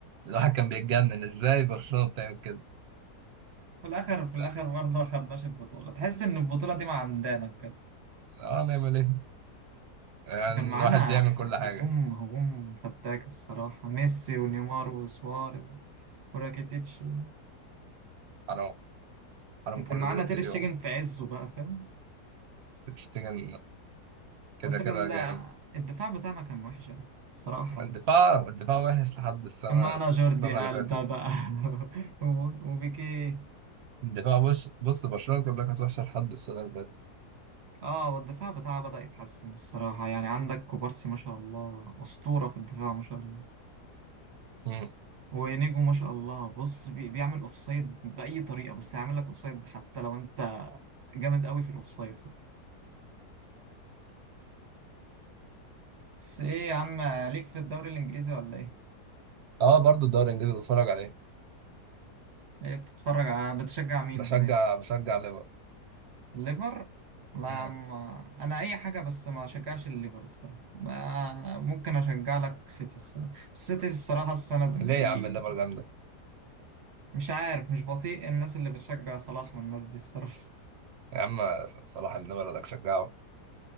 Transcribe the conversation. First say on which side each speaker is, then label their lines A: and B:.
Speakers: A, on the right; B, on the right.
A: الواحد كان بيتجنن ازاي برشلونة بتعمل كده
B: في الاخر في الاخر
A: لا،
B: برضه ما خدناش البطولة تحس ان البطولة دي ما عندنا بجد
A: اه نعمل ايه يعني
B: بس كان معانا
A: الواحد بيعمل
B: ح-
A: كل حاجة
B: هجوم هجوم فتاك الصراحة ميسي ونيمار وسواريز وراكيتيتش و-
A: حرام حرام
B: وكان
A: كل
B: معانا
A: دول يضيعوا
B: تير شتيجن في عزه بقى فاهم
A: بتشتغل كده
B: بس
A: كده
B: كان ده
A: جامد
B: الدفاع بتاعنا كان وحش أوي الصراحة
A: الدفاع الدفاع وحش لحد السنة
B: كان معانا
A: السنة
B: جوردي
A: اللي
B: ألبا
A: فاتت
B: بقى <laughs> و- وبيكيه
A: الدفاع بص بص برشلونة بيقول لك هتوحش لحد السنة اللي فاتت
B: اه والدفاع بتاعه بدأ يتحسن الصراحة يعني عندك كوبارسي ما شاء الله أسطورة في الدفاع ما شاء الله
A: مم.
B: وإنيجو ما شاء الله بص بي- بيعمل أوفسايد بأي طريقة بس هيعمل لك أوفسايد حتى لو أنت جامد قوي في الاوفسايد بس ايه يا عم ليك في الدوري الانجليزي ولا ايه؟
A: اه برضو الدوري الانجليزي بتفرج عليه
B: ايه بتتفرج ع- بتشجع مين
A: بشجع
B: هناك؟
A: بشجع ليفر
B: الليفر؟ لا يا
A: مم.
B: عم انا اي حاجه بس ما اشجعش الليفر الصراحه ما- ممكن اشجع لك سيتي الصراحه السيتي الصراحه السنه
A: ليه
B: دي
A: يا عم الليفر جامدة
B: مش عارف مش بطيء الناس اللي بتشجع صلاح والناس دي الصراحه
A: يا عم صلاح ابن بلدك شجعه